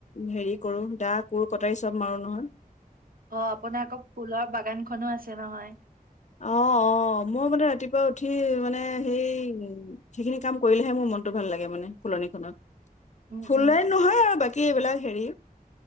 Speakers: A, on the left; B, on the right.
A: হেৰি কৰো দা, কোৰ, কটাৰী চব মাৰো নহয়।
B: অ আপোনাৰ আক ফুলৰ বাগানখনো আছে নহয়।
A: অ অ মোৰ মানে ৰাতিপুৱা উঠি মানে সেই সেইখিনি কাম কৰিলেহে মোৰ মনটো ভাল লাগে মানে ফুলনিখনত
B: উম
A: ফুলে
B: উম
A: নহয় আৰু বাকী এইবিলাক হেৰি